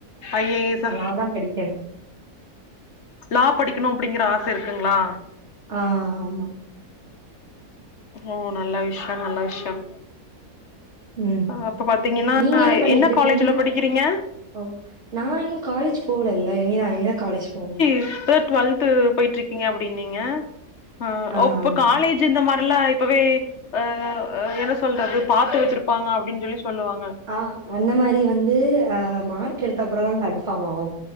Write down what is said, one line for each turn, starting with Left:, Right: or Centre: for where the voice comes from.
Left: ஐ ஏ எஸ் ஆ
Right: அதா படிக்கணு
Left: லா படிக்கணு அப்டிங்கிற ஆச இருக்குங்ளா
Right: ஆ ஆமா
Left: ஓ நல்ல விஷ்ய நல்ல விஷ்யம்
Right: ம்
Left: ஆ அப்ப பாத்தீங்கனா
Right: நீங்க பண்ணிட்டுருக்கீங்க?
Left: என்ன காலேஜ்ல படிக்கிறீங்க
Right: ஓ நா இன்னு காலேஜ் போகலல்ல இனிதா இனிதா காலேஜ் போணும்.
Left: இப்பதா டுவெல்த்து போய்ட்ருக்கீங்க அப்டின் நீங்க அ
Right: ஆ
Left: ஓ இப்ப
Right: ஆமா.
Left: காலேஜ் ஜு இந்த மாரிலா இப்பவே அ அ என்ன சொல்றது பாத்து வெச்சிருப்பாங்க அப்டின் சொல்லி சொல்லுவாங்க
Right: ஆ அந்த மாரி வந்து அ மார்க் எடுத்தப்றதா கன்ஃபாம் ஆகும்